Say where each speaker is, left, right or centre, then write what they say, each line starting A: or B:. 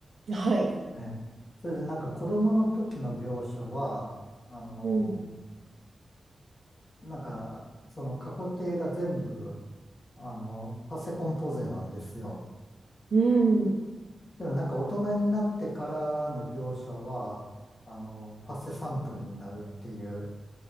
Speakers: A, on the right; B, on the left.
A: はい。
B: ね。それでなんか子供の時の描写は、あの、
A: うん。
B: なんかその過去形が全部、あの、パセコンポゼなんですよ。
A: うん。
B: でもなんか大人になってからの描写は、あの、パセサンプルになるっていう、